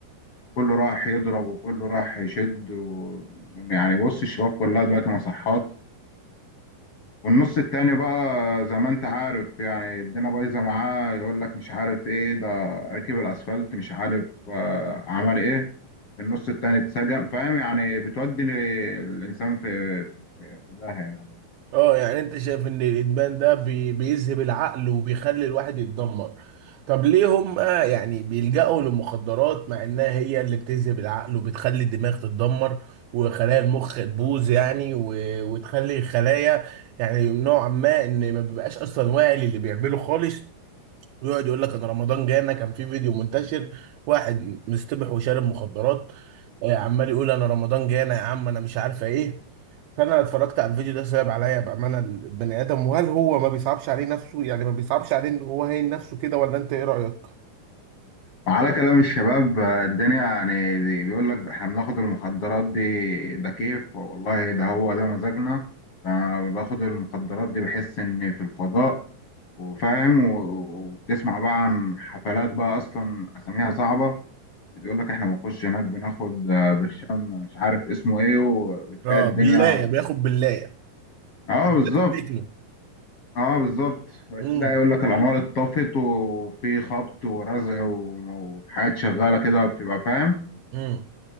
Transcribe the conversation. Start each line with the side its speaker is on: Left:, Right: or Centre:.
Left: كله راح يضرب وكله راح يشد و... يعني بص الشباب كلها دلوقتي مصحات والنص التاني بقى زي ما انت عارف يعني الدنيا بايظه معاه يقول لك مش عارف ايه ده ركب الاسفلت مش عارف آه، عمل ايه النص التاني اتسجن فاهم يعني بتودي الانسان في في في داهيه يعني
Right: اه يعني انت شايف ان الادمان ده بي بيذهب العقل وبيخلي الواحد يتدمر طب ليه هم يعني بيلجأوا للمخدرات مع انها هي اللي بتذهب العقل وبتخلي الدماغ تتدمر وخلايا المخ تبوظ يعني و... وتخلي الخلايا يعني نوعا ما ان ما بيبقاش اصلا واعي للي بيعمله خالص ويقعد يقول لك ان رمضان جانا كان في فيديو منتشر واحد مستبح وشارب مخدرات آه، عمال يقول انا رمضان جانا يا عم انا مش عارفه ايه فانا اتفرجت على الفيديو ده صعب عليا بامانه البني ادم وهل هو ما بيصعبش عليه نفسه يعني ما بيصعبش عليه ان هو هين نفسه كده ولا انت ايه رايك؟
Left: وعلى كلام الشباب آه، الدنيا يعني دي- بيقول لك احنا بناخد المخدرات دي ده كيف والله ده هو ده مزاجنا ده أنا باخد المخدرات دي بحس اني في الفضاء وفاهم و- وبتسمع بقى عن حفلات بقى اصلا اساميها صعبه بيقول لك احنا بنخش هناك بناخد آه، برشام مش عارف اسمه ايه وبتلاقي
Right: اه
Left: الدنيا
Right: بالله بياخد بالله
Left: اه
Right: حفلات
Left: بالظبط
Right: التكنو
Left: اه بالظبط وتلاقي
Right: امم
Left: يقول لك الانوار اتطفت وفي خبط ورزع وم- وحاجات شغاله كده بتبقى فاهم
Right: امم